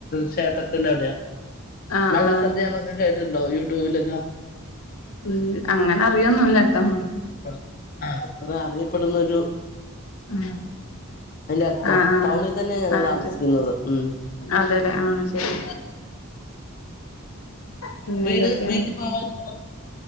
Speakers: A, on the left; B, on the left.
A: ക്ഷേത്രത്തി അവിടെയ
B: ആ
A: മല്ലസദ്യൊക്കെ
B: ആ
A: കേട്ടിട്ടുണ്ടോ ല്ലതാ
B: ഉ അങ്ങനെ അറിയോൊന്നുംല്ലട്ടോ
A: ആ അത്ര അറിയപ്പെടുന്നരു
B: ഉ
A: അടുത്താ
B: ആഹ ആഹ
A: ടൗണിൽ തന്നെയാ ഞങ്ങൾ
B: ആയിട്ട
A: താമസിക്കുന്നത് ഉം
B: അതെല്ലേ ആഹ ശരി പിന്നെ
A: വീട്
B: എന്തൊക്കെയാ
A: വീട്ടിൽ പോവാറുണ്ടോ